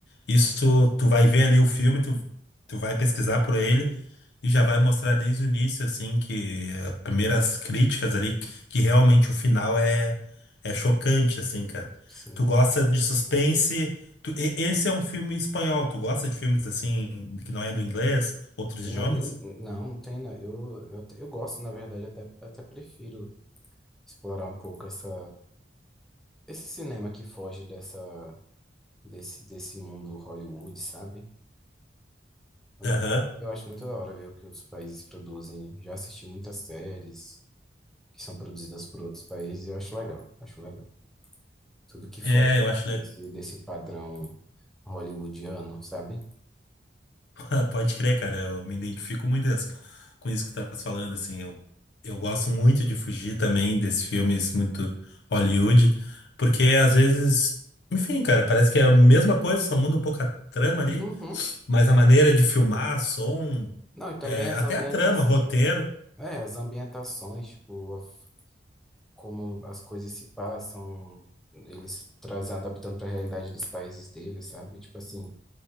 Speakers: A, on the left; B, in the centre.
A: isso tu vai ver ali o filme, tu, tu vai pesquisar por ele. E já vai mostrar desde o início, assim, que as primeiras críticas ali, que realmente o final é, é chocante, assim, cara.
B: Sim.
A: Tu gosta de suspense. tu- e- esse é um filme espanhol. Tu gosta de filmes, assim, que não é do inglês, outros
B: Não,
A: idiomas?
B: eu- não, não tem. não. Eu, eu, te- eu gosto, na verdade, até, até prefiro explorar um pouco essa, esse cinema que foge dessa, desse, desse mundo Hollywood, sabe? É
A: Aham.
B: muito, eu acho muito da hora ver o que outros países produzem. Já assisti muitas séries que são produzidas por outros países e eu acho legal, acho legal. Tudo que foge
A: É, eu acho.
B: desse, desse padrão hollywoodiano, sabe?
A: <laughs> Pode crer, cara, eu me identifico muito as- com isso que tu estás falando, assim, eu, eu gosto muito de fugir também desses filmes muito Hollywood, porque às vezes, enfim, cara, parece que é a mesma coisa, só muda um pouco a trama ali,
B: Uhum.
A: mas a maneira de filmar, som,
B: Não, e também
A: é,
B: as
A: até
B: ambienta
A: a trama, roteiro.
B: É, as ambientações, tipo, a f- como as coisas se passam, eles trazem adaptando para a realidade dos países deles, sabe? Tipo assim,